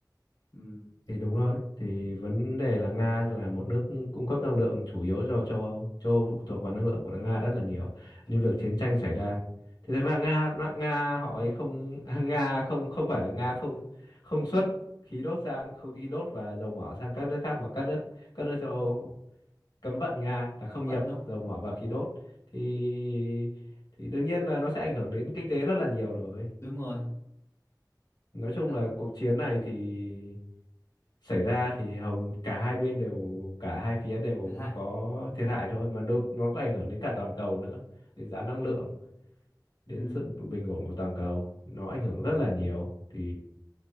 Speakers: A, on the left; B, on the left.
A: ừ.
B: thì đúng rồi thì vấn đề là Nga là một nước cung cấp năng lượng chủ yếu cho châu Âu châu Âu phụ thuộc vào năng lượng của Nga rất là nhiều nên việc chiến tranh xảy ra thì thật ra Nga Nga họ ấy không <laughs> Nga không không phải là Nga không không xuất khí đốt sang không khí đốt và dầu mỏ sang các nước khác mà các nước các nước châu Âu cấm vận Nga là không
A: cấm vận
B: nhập
A: đúng không
B: dầu mỏ và khí đốt thì thì đương nhiên là nó sẽ ảnh hưởng đến kinh tế rất là nhiều rồi.
A: đúng rồi
B: Nói chung
A: tận
B: là cuộc chiến này thì xảy ra thì hầu cả hai bên đều cả hai phía đều
A: thiệt hại
B: có thiệt hại thôi mà đôi, nó có ảnh hưởng đến cả toàn cầu nữa, đến giá năng lượng. đến
A: ừ.
B: sự bình ổn của toàn cầu nó ảnh hưởng rất là nhiều thì